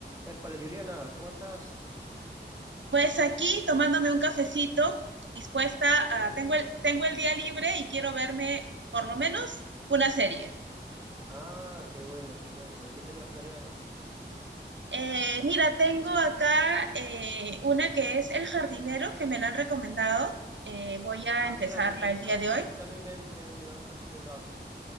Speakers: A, on the right (about 15°); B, on the right (about 80°).
A: Épale, Juliana, ¿cómo estás?
B: Pues aquí tomándome un cafecito, dispuesta a,
A: Sí,
B: tengo el, tengo el día libre y quiero verme por lo menos una serie.
A: Ah, qué bueno, qué bueno. ¿Y qué tenías planeado?
B: Eh, mira, tengo acá eh, una que es El jardinero, que me la han recomendado. Eh, voy a
A: Ah,
B: empezarla
A: mira, muchacha,
B: el día de
A: a
B: hoy.
A: mí también me, me, me la han recomendado,